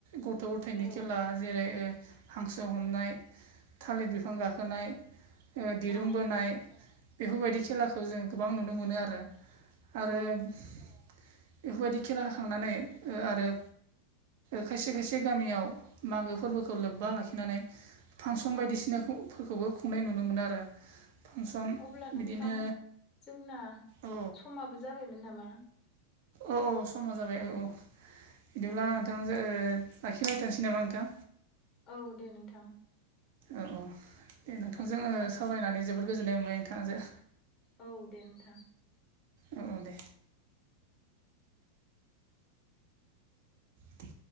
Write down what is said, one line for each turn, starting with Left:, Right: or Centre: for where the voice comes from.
Right: गथ' गथायनि
Left: औ
Right: खेला जेरै हांसो हमनाय थालिर बिफां गाखोनाय दिरुं
Left: औ
Right: बोनाय बेफोरबायदि खेलाखौ जों गोबां नुनो मोनो आरो। आरो
Left: औ
Right: बेफोरबादि खेला होखांनानै आरो खायसे खायसे गामियाव मागो फोरबोखौ लोब्बा लाखिनानै फांसन
Left: औ
Right: बादिसिनाखौ फोरखौबो खुंनाय नुनो मोनो आरो फांसन
Left: अब्ला नोंथां
Right: बिदिनो
Left: जोंना
Right: औ
Left: समाबो जाबायमोन नामा?
Right: औ औ समा जाबाय औ औ बिदिब्ला
Left: औ
Right: नोंथां। लाखिलायथ'नोसै नामा नोंथां
Left: औ दे नोंथां।
Right: औ औ दे नोंथांजों
Left: साबायखर थाबाय
Right: सावरायनानै जोबोद गोजोननाय मोनबाय नोंथां जों।
Left: औ दे नोंथां।
Right: औ दे। दे